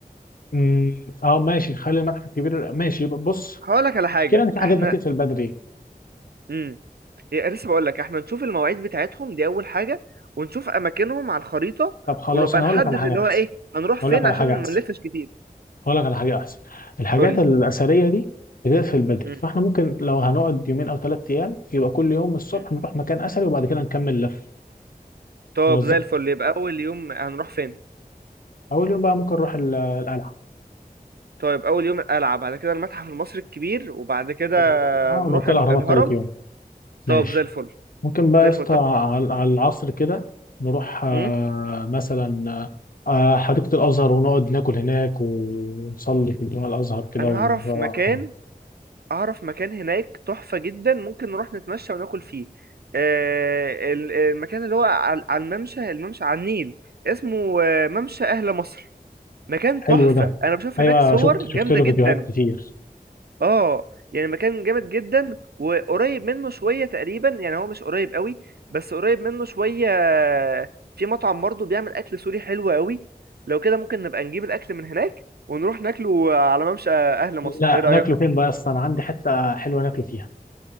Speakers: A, on the left; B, on the right.
A: أمم، أه ماشي خلي المتحف الكبير ماشي بص
B: هقولك على حاجة
A: المشكلة إن في حاجات
B: احنا
A: بتقفل بدري
B: مم. هي لسه بقول لك احنا نشوف المواعيد بتاعتهم دي اول حاجه ونشوف اماكنهم على الخريطه
A: طب خلاص
B: ونبقى
A: أنا
B: نحدد
A: هقول لك على حاجة
B: اللي
A: أحسن
B: هو ايه هنروح فين
A: هقول لك على
B: عشان
A: حاجة أحسن
B: ما نلفش كتير
A: هقول لك على حاجه احسن الحاجات
B: قول لي
A: الاثريه دي بتقفل بدري
B: مم.
A: فاحنا ممكن لو هنقعد يومين او ثلاث ايام يبقى كل يوم الصبح
B: مم.
A: نروح مكان اثري وبعد كده نكمل لف
B: طب
A: نوزع
B: زي الفل يبقى اول يوم هنروح فين
A: اول يوم بقى ممكن نروح ال- القلعه
B: طيب اول يوم القلعه بعد كده المتحف المصري الكبير وبعد كده
A: ثاني يوم اه
B: نروح
A: وبعد كده
B: ال-
A: الاهرامات
B: الهرم
A: ثالث يوم ماشي
B: طب زي الفل
A: ممكن بقى
B: زي
A: يا اسطى
B: الفل طب
A: على على العصر كده نروح آه،
B: مم.
A: مثلا آه، حديقه الازهر ونقعد ناكل هناك ونصلي في الجامع الازهر كده
B: انا
A: ونروح
B: اعرف مكان اعرف مكان هناك تحفة جدا ممكن نروح نتمشى وناكل فيه آه، ال- المكان اللي هو على على الممشى الممشى على النيل اسمه آه، ممشى اهل مصر مكان
A: حلو
B: تحفة
A: ده
B: انا بشوف
A: ايوه
B: هناك صور
A: شفت
B: جامدة
A: شفت له
B: جدا
A: فيديوهات كتير
B: اه يعني مكان جامد جدا وقريب منه شوية تقريبا يعني هو مش قريب قوي بس قريب منه شوية آه، في مطعم برضه بيعمل اكل سوري حلو قوي لو كده ممكن نبقى نجيب الاكل من هناك ونروح ناكله على ممشى اهل مصر
A: لا
B: ايه رأيك
A: ناكله فين بقى اصلا انا عندي حته حلوه ناكله فيها